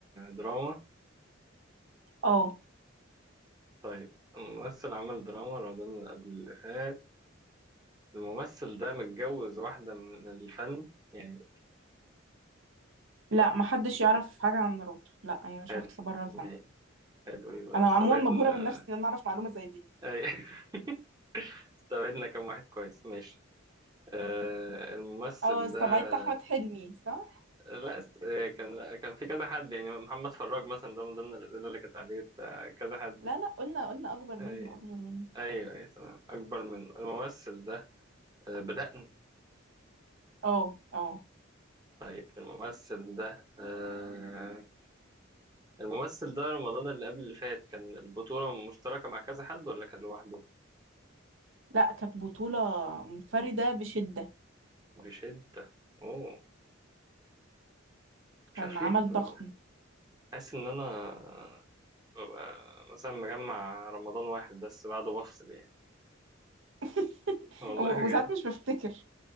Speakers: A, on the right (about 20°); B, on the right (about 70°).
A: دراما
B: اه
A: طيب الممثل عمل دراما رمضان اللي قبل اللي فات الممثل ده متجوز واحدة من الفن يعني
B: لا ما حدش يعرف حاجة عن مراته لا هي شخص
A: حلو
B: بره الفن
A: ما- حلو يبقى
B: انا
A: استبعدنا
B: عموما مبهورة من نفسي ان انا اعرف معلومة زي دي
A: أي- <laughs> استبعدنا كم واحد كويس ماشي آه الممثل
B: اه استبعدت
A: ده
B: احمد حلمي صح
A: لا است... آه، كان كان في كذا حد يعني محمد فراج مثلا ده من ضمن الأسئلة اللي كانت عليه بتاع كذا حد
B: لا لا قلنا قلنا اكبر
A: آه،
B: منه اكبر منه
A: ايوه ايوه تمام اكبر منه الممثل ده آه، بدأنا
B: اه اه
A: طيب الممثل ده آه، الممثل ده رمضان اللي قبل اللي فات كان البطولة مشتركة مع كذا حد ولا كان لوحده
B: لا كانت بطولة منفردة بشدة
A: بشدة اوه مش
B: كان
A: عارف
B: عمل
A: ليه ب-
B: ضخم
A: حاسس ان انا ببقى مثلا مجمع رمضان واحد بس بعده بفصل يعني
B: <laughs>
A: <laughs> والله
B: و-
A: بجد
B: وساعات مش بفتكر